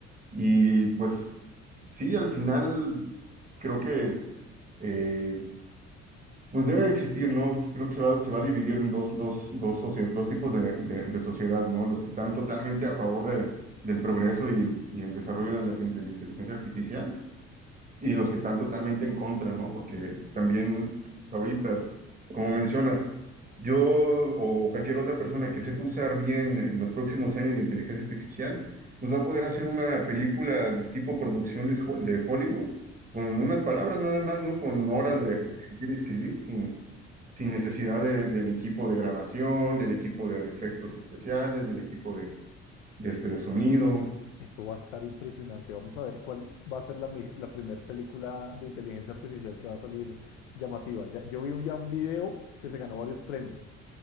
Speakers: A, on the right; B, on the left.
A: y pues sí, al final creo que eh, pues debe de existir, ¿no? Sí, Creo que se va, se va a dividir en dos, dos, dos, socie- dos tipos de, de- de sociedad, ¿no? Los que están totalmente a favor de, del progreso y el, y el desarrollo de la, cien- de la inteligencia artificial y los que están totalmente en contra, ¿no? Porque también ahorita, como mencionas, yo o cualquier otra persona que sepa usar bien en los próximos años de inteligencia artificial, pues va a poder hacer una película tipo producción de, Ho- de Hollywood con unas palabras nada más, ¿no? Con horas
B: sí.
A: de, de escribir, sin, sin necesidad de- del equipo de grabación, del equipo de, de efectos especiales, del equipo de, de, este, de sonido.
B: Eso va a estar impresionante. Vamos a ver cuál va a ser la, me- la primera película de inteligencia artificial que va a salir llamativa. Ya, yo vi ya un video que se ganó varios premios,